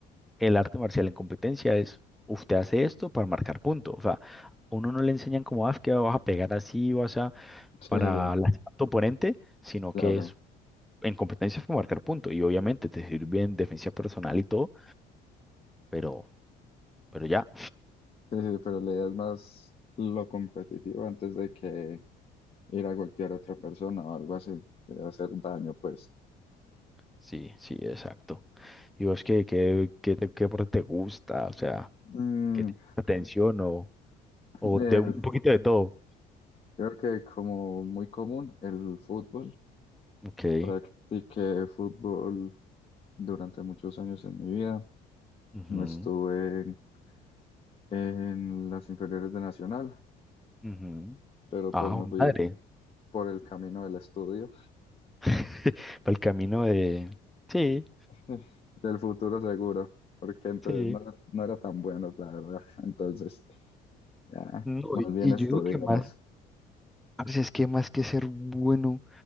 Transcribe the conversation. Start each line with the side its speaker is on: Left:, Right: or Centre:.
Centre: el arte marcial en competencia es usted hace esto para marcar punto. O sea, a uno no le enseñan como, ah, es que vas a pegar así, vas a
Left: <laughs> sí,
Centre: para
Left: sí,
Centre: lastimar a tu oponente, sino
Left: claro.
Centre: que es en competencia fue marcar punto. Y obviamente te sirve en defensa personal y todo, pero, pero ya.
Left: Sí, sí, pero la idea es más lo competitivo antes de que ir a golpear a otra persona o algo así, eh, hacer daño, pues.
Centre: Sí, sí, exacto. ¿Y vos qué, qué, qué, te- qué deporte te gusta? O sea,
Left: Mm,
Centre: ¿qué te llama la atención o, o
Left: el-
Centre: de un poquito de todo?
Left: creo que como muy común el fútbol.
Centre: Ok.
Left: Practiqué fútbol durante muchos años en mi vida.
Centre: Ujú,
Left: No Estuve en, en las inferiores de Nacional,
Centre: ujú.
Left: pero
Centre: Ah,
Left: pues me
Centre: jue
Left: fui
Centre: madre.
Left: por el camino del estudio,
Centre: <laughs> Para el camino de... Sí,
Left: <laughs> eh, del futuro seguro, porque entonces
Centre: sí.
Left: no era, no era tan bueno, la verdad. Entonces, ya,
Centre: No,
Left: más
Centre: y
Left: bien
Centre: y
Left: estudiamos.
Centre: yo digo que más Parce, es que más que ser bueno,